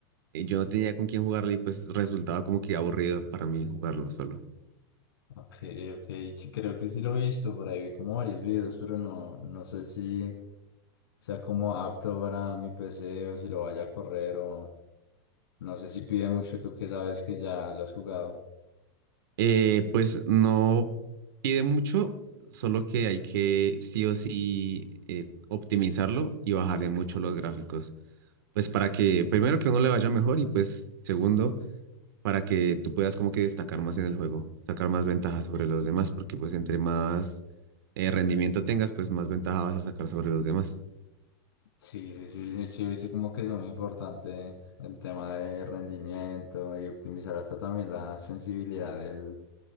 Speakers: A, on the right (about 60°); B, on the left (about 85°).
A: eh, yo no tenía con quién jugarlo y pues resultaba como que aburrido para mí jugarlo solo.
B: Ok, ok, sí creo que sí lo he visto, por ahí vi como varios videos, pero no, no sé si sea como apto para mi PC o si lo vaya a correr o... No sé si pide mucho, tú que sabes que ya lo has jugado.
A: Eh, pues no pide mucho, solo que hay que sí o sí eh, optimizarlo y bajarle mucho los gráficos. Pues para que primero que uno le vaya mejor y pues segundo para que tú puedas como que destacar más en el juego, sacar más ventajas sobre los demás, porque pues entre más eh, rendimiento tengas, pues más ventaja vas a sacar sobre los demás.
B: Sí, sí, sí. Sí, sí, sí, como que es muy importante el tema de rendimiento y optimizar hasta también la sensibilidad del,